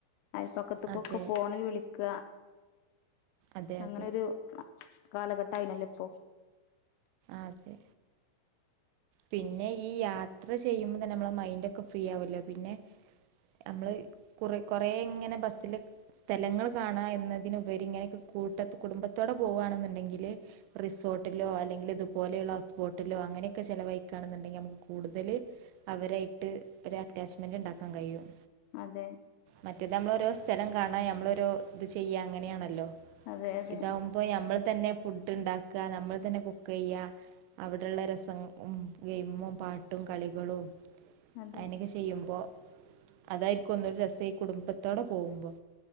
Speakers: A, on the left; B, on the right.
A: അയൽ പക്കത്തുക്കോക്കൊ
B: അതെ
A: ഫോണിൽ വിളിക
B: അതെ
A: അങ്ങനെരു
B: അതെ
A: കാലഘ കൈനല്ല ഇപ്പോ
B: ആതെ പിന്നെ ഈ യാത്ര ചെയ്യുമ്പം തന്നെ നമ്മള് മൈന്റോക്കെ ഫ്രീ ആവല്ലോ പിന്നെ നമ്മള് കുറ കൊറ ഇങ്ങനെ ബസില് സ്ഥലങ്ങള് കാണാ എന്നതിനുപരി ഇങ്ങനെയക്കെ കൂട്ട കുടുംബത്തോടെ പോവുകവാണെന്നുണ്ടെങ്കില് റിസോ ബട്ടിലോ അല്ലെങ്കിൽ ഇതുപോലെയുള്ള ഹൗസ് ബോട്ടിലോ അങ്ങനെയൊക്കെ ചെലവഴിക്കാണെന്നുണ്ടങ്കിൽ നമുക്ക് കൂടുതൽ അവരായിട്ട് ഒരു അറ്റാച്ച്മെന്റ് ഇണ്ടാക്കാൻ കഴിയും
A: അതെ
B: മറ്റേത് അമ്മൾ ഓരോ സ്ഥലം കാണാ നമ്മളോരോ ഇത് ചെയ്യ അങ്ങനെയാണല്ലോ
A: അതെ അതെ
B: ഇതാവുമ്പോ നമ്മള് തന്നെ ഫുഡ് ഇണ്ടാക്ക നമ്മൾ <unintelligible> തന്നെ കുക്ക് ചെയ്യാ അവിടെള്ള രസം ഉം ഗെയിമും പാട്ടും കളികളും
A: അതെ
B: അയിനെക്കെ ചെയ്യുമ്പോ <unintelligible> അതായിരിക്കും ഒന്നൂടി രസെ കുടുംബത്തോടെ പോകുമ്പോ